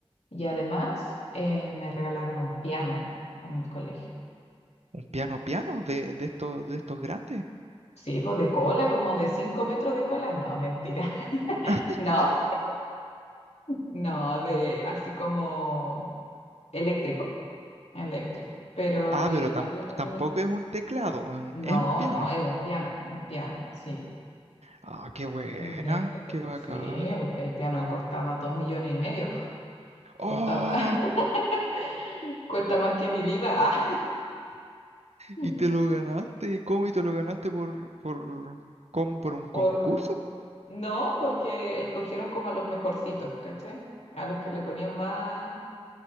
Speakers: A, on the left; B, on the right.
A: y además eh, me regalaron un piano en el colegio.
B: ¿Un piano piano de, de estos, de estos grandes?
A: Sí, pues de cola, como de 5 metros de cola. No, mentira. <laughs>
B: <laughs>
A: No, no, de así como eléctrico, eléctrico. Pero
B: Ah,
A: igual,
B: pero tam- tampoco es un teclado, es un,
A: no,
B: es un piano.
A: no, es un piano, un piano, sí.
B: Ah, qué buena,
A: Era eléctrico.
B: qué bacán.
A: Sí, el, el piano costaba dos millones y medio.
B: ¡Oh!
A: Costaba- <laughs> cuesta más que mi vida. ah, <laughs>
B: Y te lo ganaste. ¿Cómo? ¿Y te lo ganaste por, por, con, por un
A: por...
B: concurso?
A: No, porque escogieron como a los mejorcitos, ¿cachai? A los que le ponían más,